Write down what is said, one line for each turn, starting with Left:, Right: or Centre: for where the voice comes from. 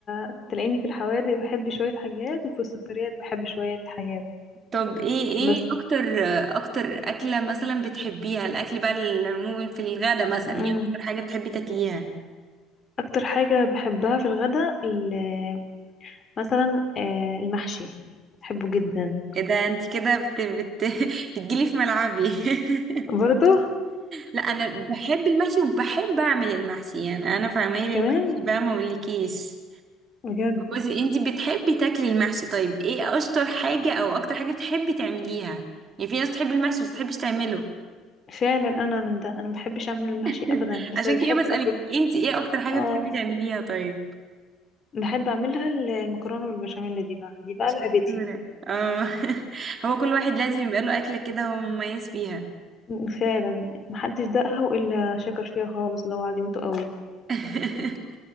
Left: فتلاقيني في الحوادق بحب شوية حاجات وفي السكريات بحب شوية حاجات
Right: طب ايه ايه
Left: بس
Right: اكتر اكتر اكلة مثلا بتحبيها الاكل بقى العموما في الغدا مثلا
Left: أمم.
Right: ايه اكتر حاجة بتحبي تاكليها
Left: اكتر حاجة بحبها في الغداء ال- مثلا آه، المحشي بحبه جدا
Right: ايه ده انت كده بت بت <laughs> بتجيلي في ملعبي <laughs>
Left: برضو
Right: لا انا بحب المحشي وبحب اعمل المحشي يعني انا في عمايل
Left: كمان
Right: المحشي بقى ما اقولكيش
Left: بجد
Right: بصي انتي بتحبي تاكلي المحشي طيب ايه اشطر حاجة او اكتر حاجة بتحبي تعمليها يعني في ناس بتحب المحشي بس بتحبش تعمله
Left: فعلا انا من ده انا ما بحبش اعمل المحشي
Right: <laughs>
Left: ابدا بس
Right: عشان
Left: أنا
Right: كده
Left: بحب
Right: بسألك
Left: اكله
Right: انتي ايه اكتر حاجة
Left: اه
Right: بتحبي تعمليها طيب
Left: بحب اعملها ال- المكرونة والبشاميل دي بقى دي بقى
Right: شطورة
Left: لعبتي
Right: اه <laughs> هو كل واحد لازم يبقى له اكلة كده هو مميز فيها
Left: أمم، فعلا محدش دقها الا شكر فيها خالص لو عجبته قوي
Right: <laughs>